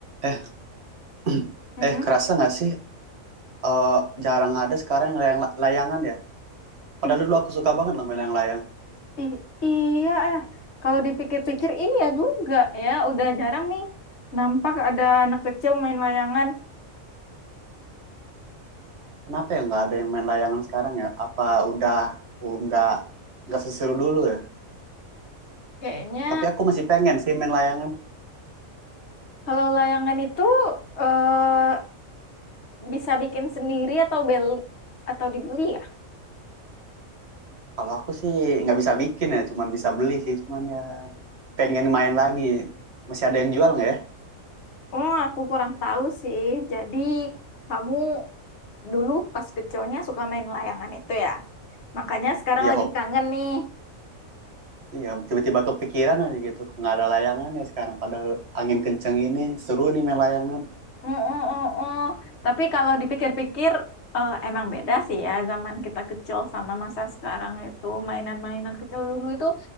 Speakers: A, on the right; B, on the left.
A: Eh, <clears throat>
B: Mm-mm.
A: eh, kerasa nggak sih? eh, jarang ada sekarang yang layang- layangan ya. Padahal
B: Ih,
A: dulu aku suka banget loh main layang-layang.
B: ih, iya, eh. Kalau dipikir-pikir iya juga ya. Udah jarang nih nampak ada anak kecil main layangan.
A: Kenapa ya nggak ada yang main layangan sekarang ya? Apa udah uh, nggak nggak seseru dulu ya?
B: Kayaknya
A: Tapi aku masih pengen sih main layangan.
B: kalau layangan itu eh, bisa bikin sendiri atau beli atau dibeli ya?
A: Kalau aku sih nggak bisa bikin ya, cuman bisa beli sih. Cuman ya pengen main lagi. Masih ada yang jual nggak ya?
B: Oh, aku kurang tahu sih. Jadi kamu dulu pas kecilnya suka main layangan itu ya? Makanya sekarang
A: Iya,
B: lagi
A: hobi.
B: kangen nih.
A: Iya, tiba-tiba kepikiran aja gitu. Nggak ada layangan ya sekarang. Padahal angin kenceng ini seru nih main layangan.
B: Mm, mm, mm, mm. Tapi kalau dipikir-pikir eh, emang beda sih ya zaman kita kecil sama masa sekarang itu mainan-mainan kecil dulu itu